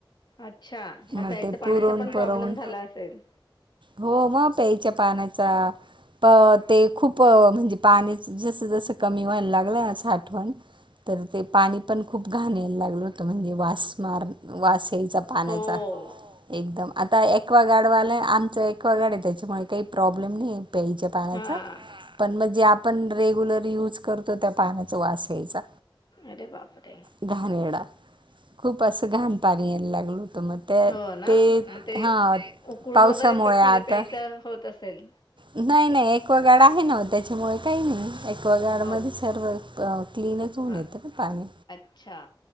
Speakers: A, on the left; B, on the right.
A: अच्छा म
B: मग
A: प्यायचा
B: ते
A: पाण्याचा
B: पुरवून
A: पण
B: पुरवून
A: प्रॉब्लेम झाला असेल.
B: हो मग प्यायच्या पाण्याचा प ते खूप म्हणजे पाणी जसं जसं कमी व्हायला लागलं ना साठवण तर ते पाणी पण खूप घाण्यायला लागलं होतं म्हणजे वास मार वासयचा पाण्याचा
A: हो.
B: एकदम आता क्वागार्डवाल्या आमचं एक्वागार्ड आहे त्याच्यामुळे काही प्रॉब्लेम नाही प्यायच्या. पाण्या
A: हां.
B: पण मग जे आपण रेग्युलर युज करतो त्या पाण्याचा वास यायचा.
A: अर बापर.
B: घाण येडा खूप असं घाण पाणी यायला लागल. त्या
A: हो ना
B: ते
A: मग ते
B: हा
A: उकळून
B: पावसामुळे
A: वगैरे प
B: आता
A: पि प्यायचं होत असेल
B: नाही नाही एक्वागार्ड आहे ना त्याच्यामुळे काही नाही
A: अच्छा
B: एकक्वागार्ड मध्ये
A: ओके
B: सर्व क्लीनच होऊन
A: हां
B: येतं का पाणी
A: अच्छा